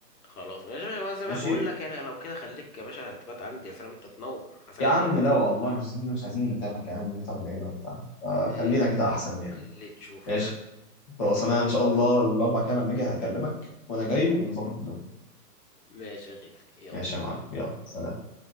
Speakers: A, on the left (about 65°); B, on the left (about 20°).
A: خلاص ماشي يا باشا وانا زي ما
B: ماشي
A: بقول لك يعني لو كده خليك يا باشا تبات عندي يا سلام انت تنور عسلية
B: يا عم
A: انت
B: لا والله مش عايزين مش عايزين نتعبك يا عم ونتعب العيله وبتاع آه
A: ماشي
B: خلينا كده
A: يا
B: احسن
A: قلبي،
B: يعني
A: اللي تشوفه
B: ماشي
A: يا عم
B: خلاص انا ان شاء الله الاربع كده لما اجي هكلمك وانا جاي ونظبط الدنيا
A: ماشي يا غالي يلا
B: ماشي يا معلم يلا سلام